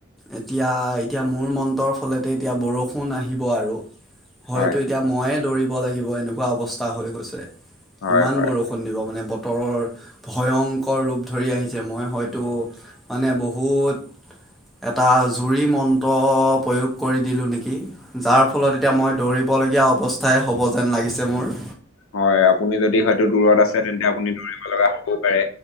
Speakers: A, in the centre; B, on the left.
A: এতিয়া এতিয়া মোৰ মন্ৰৰ ফলতে এতিয়া বৰষুণ আহিব আৰু হয়তো
B: হয়
A: এতিয়া ময়ে দৌৰিব লাগিব, এনেকুৱা অৱস্থা হৈ গৈছে
B: হয়
A: ইমান
B: হয়
A: বৰষুণ দিব মানে বতৰৰ ভয়ংকৰ ৰূপ ধৰি আহিছে মই হয়তো মানে বহুত এটা জুৰি মন্ত্ৰ প্ৰয়োগ কৰি দিলোঁ নেকি। যাৰ ফলত এতিয়া মই দৌৰিবলগীয়া অৱস্থাই হ'ব যেন, লাগিছে মোৰ।
B: হয়, আপুনি যদি হয়তো দূৰত আছে তেন্তে আপুনি দৌৰিব লগা হবও পাৰে